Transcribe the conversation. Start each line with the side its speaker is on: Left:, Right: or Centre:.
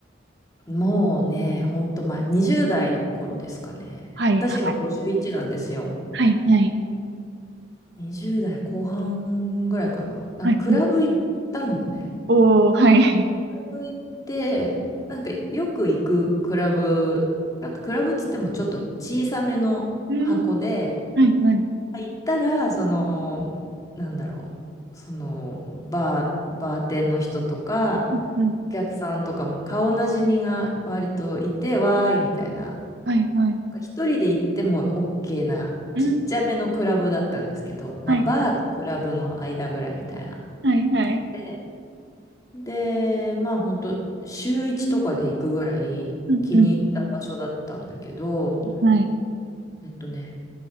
Left: もうね、ほんと前、20代の頃ですかね。
Right: はい、
Left: 私今51なんですよ。
Right: はい、はい、はい、
Left: 20代後半ぐらいかな。なんかクラブ行ったのね。
Right: はい、はい。おー、はい。
Left: クラブ行って、なんかよく行くクラブ、なんかクラブっつってもちょっと小さめの箱で、
Right: <laughs> うん、はい、はい。
Left: 行ったら、その、なんだろう、その、バー、バーテンの人とか、
Right: うん、うん
Left: お客さんとか、まあ顔なじみが割といて、わーい、みたいな。
Right: はい、はい。
Left: 一人で行っても OK な、
Right: うん、
Left: ちっちゃめのクラブだったんですけど、まあ、
Right: はい、
Left: バーとクラブの間ぐらいみたいな。
Right: はい、はい。
Left: で、でまあ、本当週1とかで行くぐらい気に入った場所だったんだけど、
Right: うん、うん、はい、
Left: えっとね、